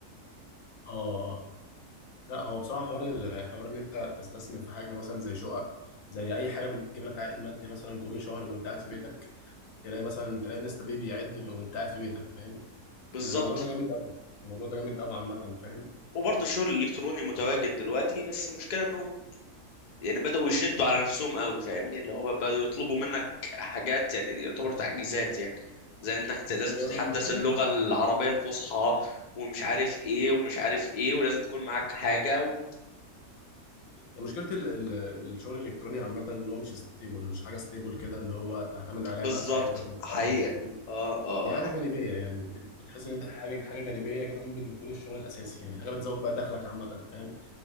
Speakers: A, on the left; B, on the left.
A: اه لا هو بصراحة حوار الحوار ان انت تستثمر في حاجة مثلا زي شقق زي اي حاجة بتجيب لك عائد مادي مثلا كل شهر وانت قاعد في بيتك تلاقي مثلا تلاقي الناس طبيعي بيعد وانت قاعد في بيتك فاهم
B: بالظبط
A: الموضوع ده جامد قوي الموضوع ده جامد قوي عامة فاهم
B: وبرضه الشغل الالكتروني متواجد دلوقتي بس المشكله انهم يعني بدأوا يشدوا على نفسهم قوي فاهمني اللي هو بدأوا يطلبوا منك حاجات يعني يعتبر تعجيزات يعني زي انك ت- لازم
A: هو
B: تتحدث
A: مشكلة
B: اللغة العربية الفصحى ومش عارف ايه ومش عارف ايه ولازم يكون معاك حاجة و...
A: هي مشكلة ال- ال- الشغل الالكتروني عامة ان هو مش ستيبل مش حاجة ستيبل كده اللي هو تعتمد عليها
B: بالظبط
A: بقى في حياتك ومستقبلك
B: حقيقة
A: فاهم
B: اه اه
A: هي حاجة
B: آه.
A: جانبية يعني بت- بتحس ان انت حاجة حاجة جانبية جنب المفروض الشغل الاساسي يعني حاجة بتزود بقى دخلك عامة فاهم